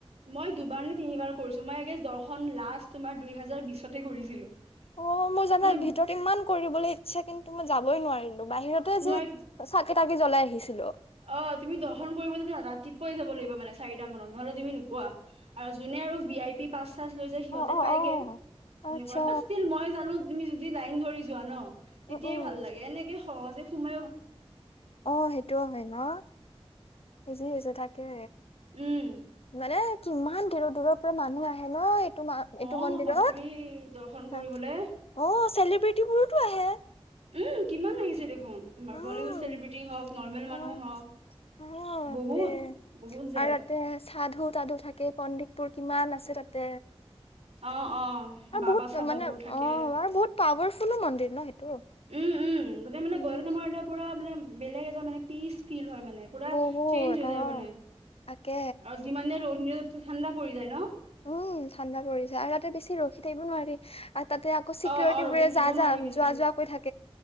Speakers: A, on the right (about 75°); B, on the left (about 65°).
A: মই দুবাৰ নে, তিনিবাৰ কৰিছো। মই। <unintelligible> দৰ্শন, লাষ্ট তোমাৰ দুই হাজাৰ বিশতে কৰিছিলো।
B: অ', মই জানা,
A: মানে
B: ভিতৰত ইমান কৰিবলৈ ইচ্ছা। কিন্তু, মই যাবই নোৱাৰিলো। বাহিৰতে
A: নোৱাই
B: যে, চাকি তাকি জ্বলাই আহিছিলো।
A: অ', তুমি দৰ্শন কৰিব যেতিয়া, ৰাতিপুৱাই যাব লাগিব মানে। চাৰিতা মানত, নহলে তুমি নোপোৱা। আৰু জোন। <unintelligible> লৈ যায় সিহঁতে
B: অ অ
A: পাইগে।
B: অ
A: এনেুৱা,
B: আচ্ছা
A: বাত ষ্টিল মই জানো তুমি যদি লাইন ধৰি যোৱা নহ? তেতিয়াই
B: উম উম
A: ভাল লাগে, এনেকে সহজে সো।
B: অ', সেই। সেইটো হয় নহ? <unintelligible> হৈছে থাকে।
A: উম
B: মানে? কিমান, দূৰৰ দূৰৰ পৰা মানুহ আহে নহ? এইটো মা এইটো
A: অ
B: মন্দিৰত।
A: বাপৰে দৰ্শন কৰিবলে
B: তাত। অ', চেলিব্ৰিটিবোৰোতো আহে।
A: উম, কিমান আহিছে দেখোন। তোমাৰ
B: উম
A: বলীউড চেলিব্ৰিটি হওক, নৰ্মেল মানুহ
B: আহে
A: হওক।
B: তাতে
A: বহুত। বহুত, যায়।
B: আৰু তাতে <unintelligible> থাকে পণ্ডিত। বোৰ কিমান, আছে তাতে।
A: অ অ
B: আৰু
A: বাবা
B: বহুত
A: চাবাবোৰ
B: মানে
A: থাকে
B: অ, আৰু বহুত পাৱাৰ। <unintelligible> মন্দিৰ ন সেইটো?
A: <unintelligible> পুৰা, চেঞ্জ
B: উম
A: হৈ যায় মানে। আৰু, যিমানে
B: বহুত
A: দ ৰ'দ
B: অ
A: নিদক
B: তাকে
A: ঠাণ্ডা পৰি যায় নহ?
B: উম, ঠাণ্ডা পৰিছে। আৰু, তাতে বেছি ৰখি থাকিব নোৱাৰি। আৰু, তাতে আক। আকৌ চিকিউৰিটি
A: অ', অ', ৰখি
B: বোৰে
A: থাকিবও
B: যা,
A: নোৱাৰি
B: যা। যোৱা,
A: বেছি।
B: যোৱা কৈ থাকে।